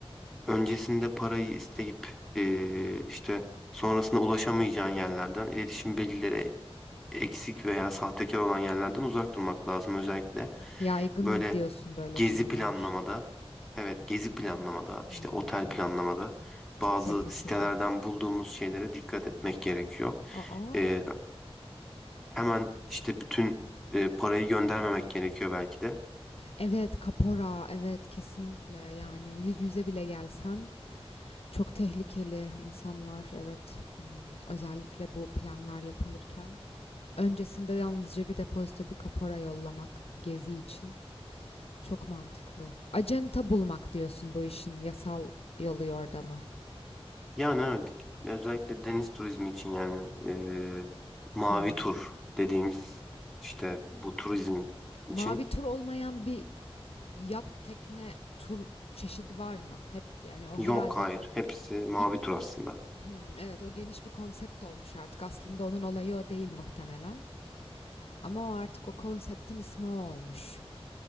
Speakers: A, in the centre; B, on the left (about 70°).
A: öncesinde parayı isteyip e, işte sonrasında ulaşamayacağın yerlerden iletişim bilgileri eksik veya sahtekar olan yerlerden uzak durmak lazım. Özellikle
B: Yaygın
A: böyle
B: diyorsun böyle
A: gezi
B: şeyler.
A: planlamada, evet gezi planlamada, işte
B: Hmm,
A: otel planlamada
B: çok
A: bazı
B: tehlikeli.
A: sitelerden bulduğumuz şeylere dikkat etmek gerekiyor.
B: Aa.
A: Ee, hemen işte bütün e, parayı göndermemek gerekiyor belki de.
B: Evet, kapora, evet kesinlikle yani yüz yüze bile gelsen çok tehlikeli insanlar evet Hmm, özellikle bu planlar yapılırken öncesinde yalnızca bir depozito bir kapora yollamak gezi için çok mantıklı. Acenta bulmak diyorsun bu işin yasal yolu yordamı.
A: Yani evet, özellikle deniz turizmi için yani eee, mavi
B: Hmm.
A: tur dediğimiz işte bu turizm için
B: Mavi tur olmayan bir yat tekne tur çeşidi var mı? Hep yani o
A: yok
B: herhalde
A: hayır hepsi mavi
B: bir
A: tur aslında.
B: Hmm, evet o geniş bir konsept olmuş artık. Aslında onun olayı o değil muhtemelen. Ama o artık o konseptin ismi o olmuş.